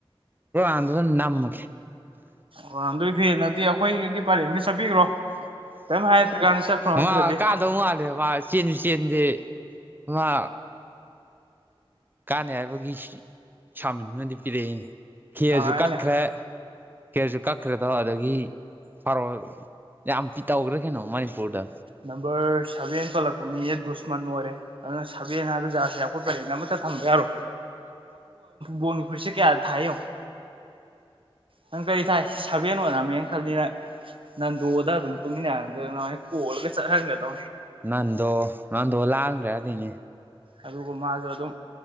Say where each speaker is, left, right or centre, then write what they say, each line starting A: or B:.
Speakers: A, on the right (about 20°); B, on the right (about 60°).
A: ꯥꯟꯗꯨ ꯑꯗꯨꯅ ꯅꯝꯃꯒꯦ
B: ꯔꯣꯅꯥꯜꯗꯣ ꯐꯦꯟꯅꯗꯤ ꯑꯩꯈꯣꯏꯒꯤ ꯄꯔꯦꯡꯗ ꯆꯠꯄꯤꯈ꯭ꯔꯣ ꯀꯔꯤꯝ ꯍꯥꯏꯔꯛꯇ꯭ꯔꯀꯥꯟꯗ ꯆꯠꯈ꯭ꯔꯣ ꯅꯠꯇ꯭ꯔꯗꯤ
A: <unintelligible> ꯑ ꯀꯥꯗꯧ ꯃꯥꯜꯂꯦ ꯆꯦꯟꯁꯨ ꯆꯦꯟꯗꯦ ꯋꯥ ꯀꯥꯅꯩ ꯍꯥꯏꯕꯒꯤ ꯆꯥꯃꯤꯟꯗꯨꯅꯗꯤ ꯄꯤꯔꯛꯏꯅꯦ ꯈꯦꯁꯨ
B: ꯑꯩꯅ
A: ꯀꯠꯈ꯭ꯔꯦ ꯀꯦꯁꯨ ꯀꯛꯈ꯭ꯔꯦꯗ ꯑꯗꯒꯤ ꯐꯥꯔꯣ ꯌꯥꯝ ꯄꯤ ꯇꯧꯈ꯭ꯔꯦ ꯀꯩꯅꯣ ꯃꯅꯤꯄꯨꯔꯗ
B: ꯅꯝꯕꯔ ꯁꯚꯦꯟ ꯆꯠꯂꯛꯄ ꯃꯤꯁꯦ ꯗꯨꯁꯃꯟ ꯑꯣꯏꯔꯦ ꯑꯗꯨꯅ ꯁꯕꯦꯟ ꯍꯥꯏꯕ ꯖꯥꯁꯦ ꯑꯈꯨꯄ ꯄꯔꯔꯤꯡ ꯑꯃꯠꯇ ꯊꯝꯕ ꯌꯥꯎꯔꯣ ꯕꯅꯤ ꯐꯔꯤꯁꯦ ꯀꯌꯥ ꯊꯥꯏ ꯌꯦꯪꯏ ꯅꯪ ꯀꯔꯤ ꯊꯥꯏ ꯁꯥꯕꯦꯟ ꯑꯣꯔꯝꯃꯦꯅ ꯈꯜꯂꯤ ꯅꯪ ꯅꯟꯗꯣꯗ ꯑꯗꯨꯝ ꯇꯨꯃꯤꯟꯅꯔꯒ ꯀꯣꯜ ꯀ ꯆ ꯍꯥꯏꯔꯗ
A: ꯅꯟꯗꯣ ꯅꯟꯗꯣ ꯂꯥꯡꯈ꯭ꯔꯦ ꯑꯗꯨꯏꯅꯦ
B: ꯑꯗꯨꯒ ꯃꯥꯁꯨ ꯑꯗꯨꯝ